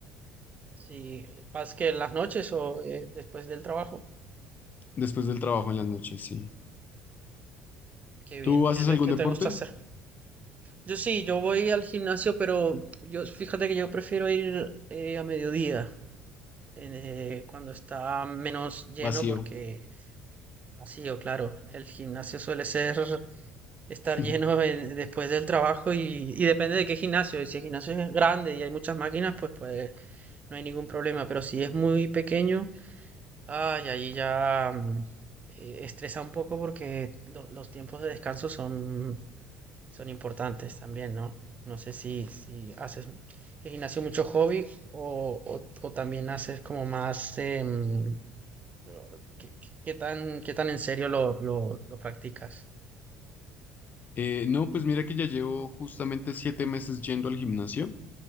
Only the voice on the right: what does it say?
si vas que en las noches o eh, después del trabajo,
qué
bien, ¿qué,
te
qué
te gusta hacer? Yo sí, yo voy al gimnasio, pero yo fíjate que yo prefiero ir eh, a mediodía, eh, cuando está menos lleno,
porque vacío, claro. El gimnasio suele ser estar
lleno en- después del trabajo y, y depende de qué gimnasio. y Si el gimnasio es grande y hay muchas máquinas, pues, pues no hay ningún problema. Pero si es muy pequeño, Ay, allí ya mm, eh, estresa un poco porque lo- los tiempos de descanso son, son importantes también, ¿no? No sé si, si haces el gimnasio mucho hobby o, o, o también haces como más... eh, mm, o- ¿qué, qué tan, qué tan en serio lo, lo, lo practicas?